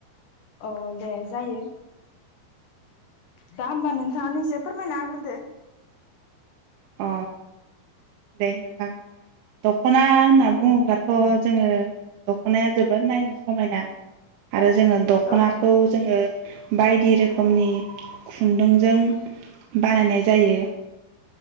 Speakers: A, on the left (about 70°); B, on the right (about 80°).
A: औ दे जायो। दा ओमबा नोंथाङानो इसे फोरमायना होग्रोदो।
B: अ दे नोंथां द खना होनना बुङोब्लाथ'
A: उम
B: जोङो दख'नाया जोबोद नायनो समायना आरो जोङो दख'नाखौ
A: औ
B: जोङो बायदि रोखोमनि खुन्दुंजों बानायनाय जायो।